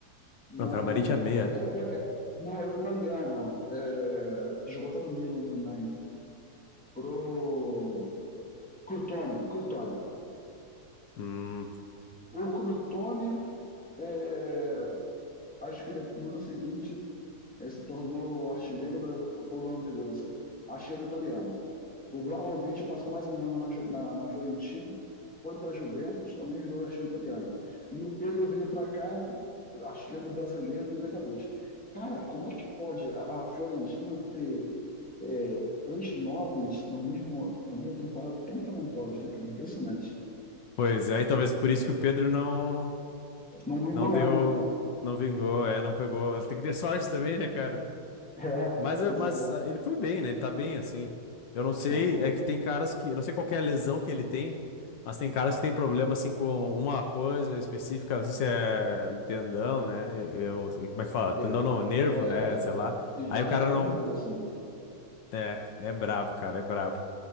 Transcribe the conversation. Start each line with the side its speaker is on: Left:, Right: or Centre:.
Centre: Não.
Left: não, Kramaric é meia.
Centre: é- é- é- não, era um italiano. é, que jogou até no Milan também. Cro... Crutone. Crutone.
Left: Hum,
Centre: O Crutone, é, acho que de- no ano seguinte, é, se tornou artilheiro da... Ou no ano anterior, não sei. Artilheiro italiano. O Vlahovic passou mais um ano na, Ju- na, na Fiorentina, foi para a Juventus, também virou artilheiro italiano. E o Pedro veio para cá, artilheiro do brasileiro, Libertadores. Cara, como é que pode a, a Fiorentina ter é, três novos no mesmo, na mesma temporada tão talentosos, né, cara? Impressionante.
Left: pois é, e talvez por isso que o Pedro não
Centre: Não vem
Left: não
Centre: golar,
Left: deu,
Centre: né? <laughs>
Left: não vingou, é, não pegou. Ele tem que ter <laughs> sorte também, né, cara?
Centre: É,
Left: Mas,
Centre: pois
Left: é- mas
Centre: é.
Left: ah, ele foi bem, né? Ele tá bem, assim. Eu não sei,
Centre: Não, pô.
Left: é que tem caras que, eu não sei qual que é a lesão que ele tem, mas tem caras que tem problema, assim, com uma coisa específica, não sei se é tendão, né? Eu, eu- como é que fala?
Centre: E,
Left: Tendão
Centre: é,
Left: não, nervo,
Centre: é,
Left: né? Sei lá.
Centre: e vai
Left: Aí o cara
Centre: a vida
Left: não,
Centre: inteira assim.
Left: é, é brabo, cara, é brabo.